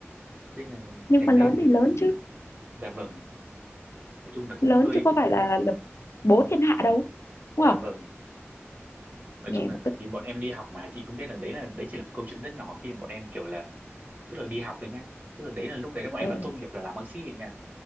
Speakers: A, on the right; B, on the left.
A: thế là
B: nhưng
A: thành
B: mà lớn
A: ra là
B: thì
A: kiểu
B: lớn chứ
A: dạ vâng nói chung là cũng
B: lớn
A: hơi
B: chứ có phải là, là bố thiên hạ đâu đúng
A: dạ
B: không
A: vâng nói
B: nghe
A: chung là
B: mà
A: tại
B: tức
A: vì bọn em đi học mà chị không biết là đấy là đấy chỉ là một câu chuyện rất nhỏ khi mà bọn em kiểu là tức là đi học thôi nhá tức là đấy là lúc đấy là bọn
B: ờ
A: em đã
B: <laughs>
A: tốt nghiệp là làm bác sĩ rồi nha